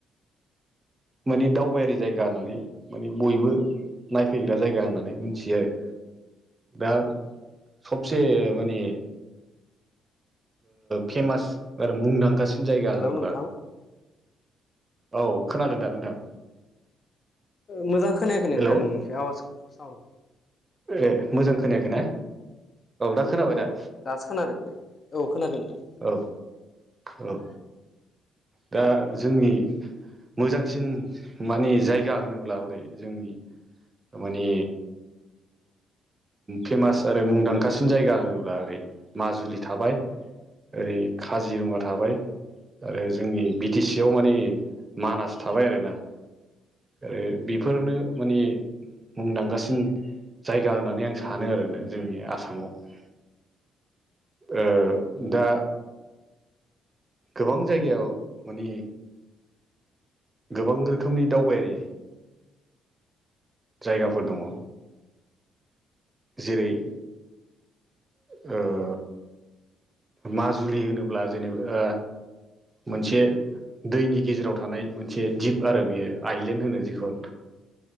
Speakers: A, on the right; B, on the left.
A: माने दावबायारि जायगा होननानै माने बयबो नायफैग्रा जायगा होननानै मिथियो आरो। दा सबसे माने फेमास आरो मुंदांखासिन जायगा
B: हेलौ
A: होनोब्ला
B: नोंथां
A: औ खोनादों दा नोंथां।
B: मोजां खोनायाखै नोंथां
A: हेलौ
B: नोंनिखौ आवाजखौ साउन्खौ।
A: ए मोजां खोनायाखैना, दा खोनाबाय
B: औ
A: दा।
B: दासो खोनादों दे औ खोनादों नोंथां।
A: औ औ दा जोंनि मोजांसिन माने जायगा होनोब्ला हरै जोंनि माने फेमास आरो मुंदांखासिन जायगा होनोब्ला ओरै माजुलि थाबाय, ओरै काजिरङगा थाबाय, आरो जोंनि बि टि सियाव माने मानास थाबाय आरोना‌ आरो बेफोरनो माने मुंदांखासिन जायगा होननानै आं सानो आरोना जोंनि आसामाव। ओ दा गोबां जायगायाव माने गोबां रोखोमनि दावबायारि जायगाफोर दङ। जेरै औ। माजुलि होनोब्ला जेनेबा मोनसे दैनि गेजेराव थानाय मोनसे जिप आरो बियो आइलेण्ड होनो जिखौ।